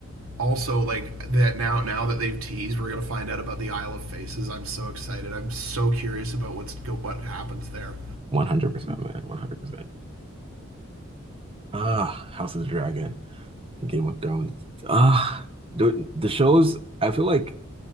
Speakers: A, on the right; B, on the right.
A: also like that now now that they've teased we're going to find out about the Isle of Faces. I'm so excited. I'm so curious about what's go- what happens there.
B: One hundred percent, man. One hundred percent. Ah, House of the Dragon and Game of Thrones. Ah, the, the shows. I feel like